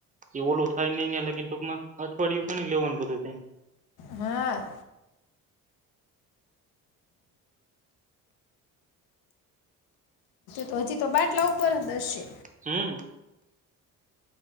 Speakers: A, on the right; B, on the left.
A: એ ઓલું થાય નંઈ લીને ત્યાં લગીમાં. ટૂંકમાં અઠવાડિયું ગણી લેવાનું બધું થઈ ને.
B: હા. તો હજી તો બાટલા ઉપર જ દશે.
A: હમ.